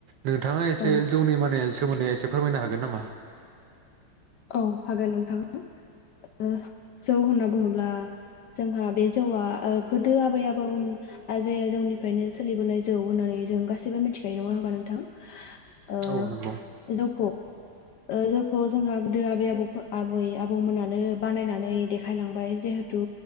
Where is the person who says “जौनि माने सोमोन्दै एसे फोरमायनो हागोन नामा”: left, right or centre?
Right